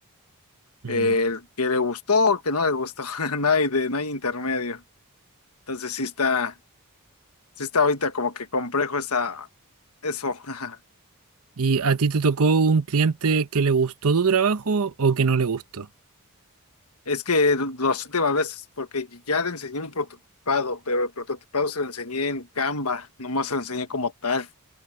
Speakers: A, on the right (about 75°); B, on the left (about 80°).
A: Mm.
B: El que le gustó o el que no le gustó. <laughs> No hay de, no hay intermedio. Entonces sí está, sí está ahorita como que complejo esa, eso. <laughs>
A: ¿Y a ti te tocó un cliente que le gustó tu trabajo o que no le gustó?
B: Es que las últimas veces, porque ya le enseñé un prototipado, pero el prototipado se lo enseñé en Canva, nomás se lo enseñé como tal,